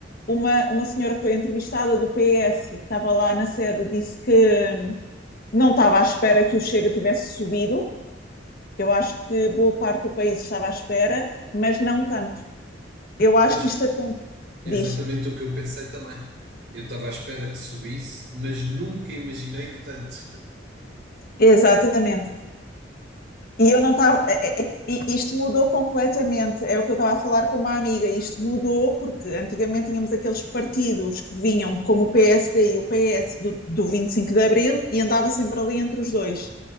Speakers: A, on the left; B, on the right.
A: uma, uma senhora que foi entrevistada do PS, que estava lá na sede, disse que não estava à espera que o Chega tivesse subido. Eu acho que boa parte do país estava à espera, mas não tanto. Eu acho
B: Mas
A: que
B: é
A: isto acontece.
B: exatamente
A: Diz,
B: o que eu pensei também. Eu estava à espera que subisse, mas nunca imaginei que tanto.
A: exatamente. E eu não estava. É, é- é- isto mudou completamente. É o que eu estava a falar com uma amiga. Isto mudou porque antigamente tínhamos aqueles partidos que vinham como o PSD e o PS do, do 25 de Abril e andava sempre ali entre os dois.